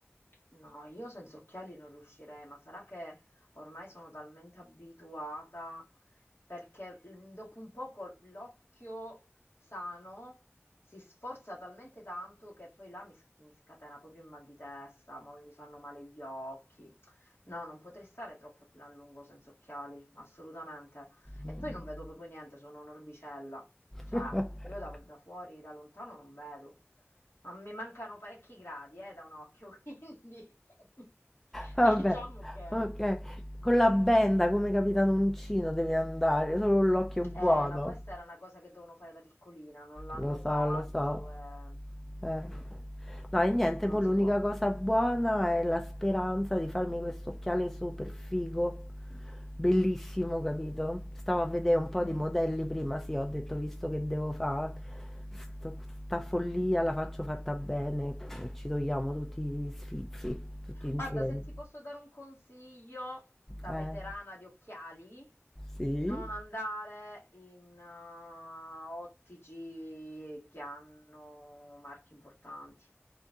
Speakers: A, on the left (about 60°); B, in the centre.
A: No, io senza occhiali non riuscirei, ma sarà che ormai sono talmente abituata, perché mm, dopo un poco l'occhio sano si sforza talmente tanto che poi là mi, s- mi scatena proprio il mal di testa, poi mi fanno male gli occhi. No, non potrei stare troppo a lungo senza occhiali, assolutamente. E
B: Mm.
A: poi non vedo proprio niente, sono un'orbicella. Cioè,
B: <laughs>
A: io da da fuori, da lontano non vedo. Ma mi mancano parecchi gradi, eh, da un occhio, <laughs> quindi <laughs>
B: Vabbè,
A: diciamo che...
B: ok. Con la benda come Capitanuncino devi andare, solo l'occhio buono.
A: Eh, ma questa era una cosa che dovevano fare da piccolina, non l'hanno
B: Lo so,
A: fatto,
B: lo so.
A: eh.
B: Eh.
A: Mm,
B: No e niente,
A: non
B: poi
A: si
B: l'unica
A: può.
B: cosa buona è la speranza di farmi questo occhiale super figo, bellissimo, capito? Stavo a vedere un po'
A: Mm.
B: di modelli prima, sì, ho detto visto che devo fare sta follia, la faccio fatta bene, e ci togliamo tutti gli sfizi, tutti insieme.
A: Guarda, se ti posso dare un consiglio da
B: Eh,
A: veterana di occhiali,
B: sì.
A: non andare in eh, ottici che hanno marchi importanti,